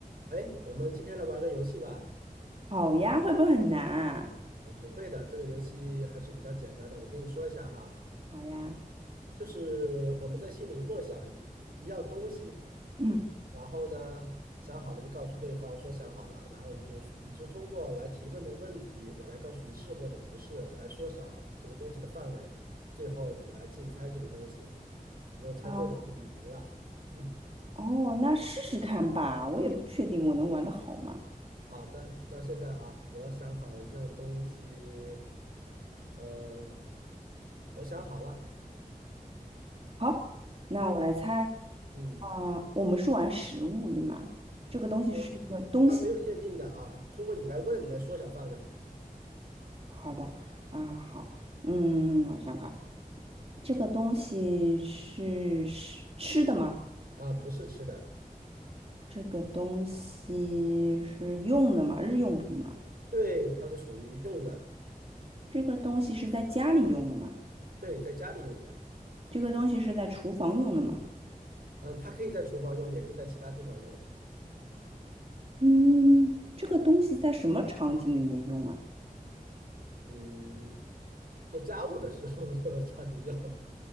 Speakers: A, on the right; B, on the right.
A: 哎，我们今天来玩个游戏吧。
B: 好呀，会不会很难啊？
A: 嗯，不会的，这个游戏还是比较简单的。我跟你说一下哈，
B: 好呀，
A: 就是我们在心里默想一样东西，
B: 嗯，
A: 然后呢，想好了就告诉对方说想好了，然后你就你就通过来提问的问题，我来告诉你是或者不是，来缩小这个东西的范围，最后你来竞猜这个东西，你如果猜对了就你赢了。
B: 好，
A: <clears throat>
B: 哦，那试试看吧，我也不确定我能玩得好吗？
A: 好的，那现在哈，我想好一样东西，呃，我想好了，
B: 好，那我来猜，
A: 嗯嗯，
B: 啊、我们是玩食物对吗？这个东西是一个东西。
A: 呃，它没有限定的啊，通过你来问来缩小范围
B: 好的，啊、好，嗯，我想看，这个东西是吃吃的吗？
A: 啊，不是吃的，
B: 这个东西是用的吗？日用品吗？
A: 对，它是属于用的，
B: 这个东西是在家里用的吗？
A: 对，在家里用的，
B: 这个东西是在厨房用的吗？
A: 嗯，它可以在厨房用，也可以在其他地方用，
B: 嗯，这个东西在什么场景里面用啊？
A: 嗯，做家务的时候 <laughs> 它就用，